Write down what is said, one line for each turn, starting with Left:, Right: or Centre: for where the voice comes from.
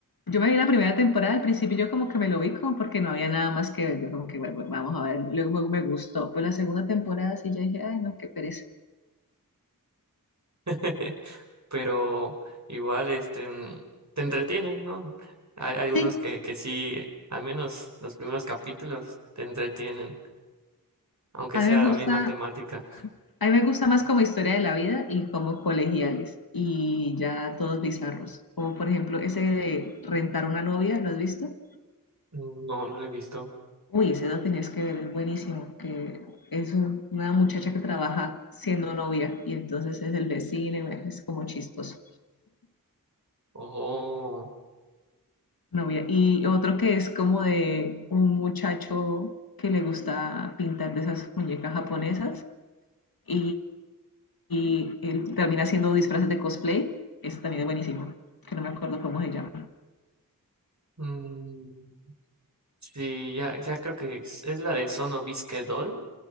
Left: Yo me vi la primera temporada, al principio yo como que me lo vi como porque no había nada más que ver, yo como que bueno, bueno, vamos a ver, luego me me gustó, pero la segunda temporada sí ya dije, ay, no, qué pereza.
Right: <laughs> pero igual este mm, te entretienen, ¿no? Hay algunos
Left: Sí,
Right: que, que sí, al menos los primeros capítulos te entretienen, aunque
Left: a
Right: sea
Left: mí me
Right: la
Left: gusta,
Right: misma temática.
Left: A mí me gusta más como historia de la vida y como colegiales y ya todos bizarros. Como por ejemplo ese de rentar una novia, ¿lo has visto?
Right: Mm, No, no lo he visto.
Left: Uy, ese lo tenías que ver, es buenísimo, que es un- una muchacha que trabaja siendo novia y entonces es del vecino, y bueno, es como chistoso.
Right: Oh,
Left: Novia. Y otro que es como de un muchacho que le gusta pintar de esas muñecas japonesas y, y él termina haciendo disfraces de cosplay, ese también es buenísimo, que no me acuerdo cómo se llama.
Right: mm, sí, ya, ya creo que es, es la de Sono Bisque Doll,